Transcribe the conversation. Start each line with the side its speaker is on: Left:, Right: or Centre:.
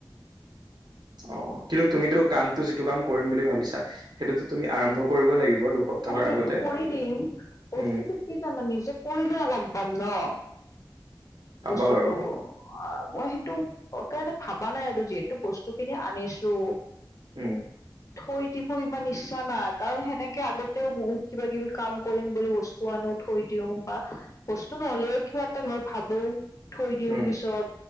Right: অ কিন্তু তুমিতো কামটো যিটো কাম কৰিম বুলি ভাবিছা সেইটোতো তুমি আৰম্ভ কৰিব লাগিব। দুসপ্তাহৰ
Left: সেইটো
Right: আগতে
Left: কৰি দিম বস্তুটো
Right: উম,
Left: কি জানা নিজে কৰিলেও গম পাম ন।
Right: পাবা
Left: বস্তুটো
Right: বাৰু
Left: অ মই সেইটো কাৰণে ভাবা নাই আৰু যিহেতু বস্তুখিনি আনিছো।
Right: উম
Left: থৈ দিব ইমান ইচ্ছা নাই। কাৰণ সেনেকে আগত তো বহুত কিবা-কিবি কাম কৰিম বুলি বস্তু আনোঁ, থৈ দিওঁ বা বস্তু নহ'লেও কিবা এটা ভাবোঁ, থৈ দিওঁ,
Right: উম,
Left: পিছত